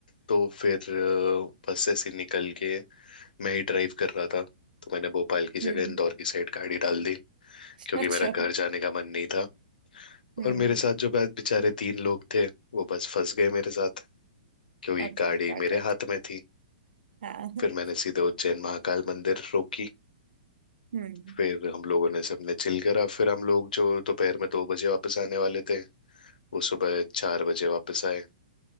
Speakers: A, on the left; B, on the right.
A: तो फिर अ, बस ऐसे निकल के मैं ही ड्राइव कर रहा था तो मैंने भोपाल की
B: हम्म
A: जगह इंदौर की साइड गाड़ी डाल दी
B: <laughs>
A: क्योंकि
B: अच्छा
A: मेरा घर जाने का मन नहीं था
B: हम्म
A: और मेरे साथ जो बे- बेचारे तीन लोग थे वो बस फंस गए मेरे साथ क्योंकि
B: Okay
A: गाड़ी
B: got
A: मेरे
B: it
A: हाथ में थी
B: हाँ
A: फिर मैंने सीधे उज्जैन महाकाल मंदिर रोकी
B: हम्म
A: फिर हम लोगों ने सबने चिल करा फिर हम लोग जो दोपहर में दो बजे वापस आने वाले थे वो सुबह चार बजे वापस आए